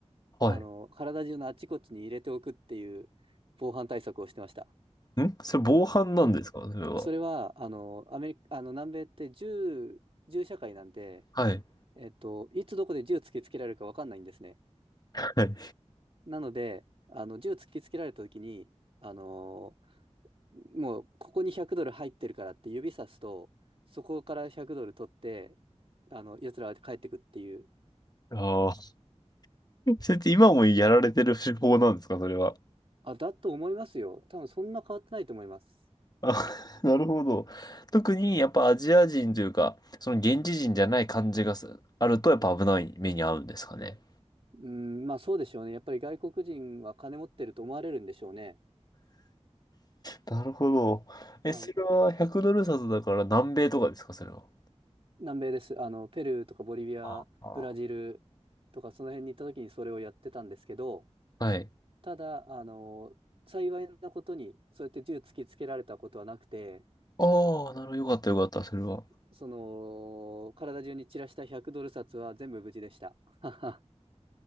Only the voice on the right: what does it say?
あのー体中のあちこちに入れておくっていう防犯対策をしてました。
あそれは、あのーアメリカ、あの、南米って銃、銃社会なんで、
えっと、いつどこで銃突きつけられるか分かんないんですね。
なので、あの銃突きつけられた時に、あのーもうここに100ドル入ってるからって指さすと、そこから100ドル取って、あの、奴らは帰ってくっていう。
あ、だと思いますよ。多分そんな変わってないと思います。
うん、まあそうでしょうね。やっぱり外国人は金持ってると思われるんでしょうね。
はい。
南米です。あの、ペルーとかボリビア、
ブラジルとかその辺に行った時にそれをやってたんですけど、
ただ、あの、幸いなことに、そうやって銃突きつけられたことはなくて、
その、体中に散らした100ドル札は全部無事でした。<laughs>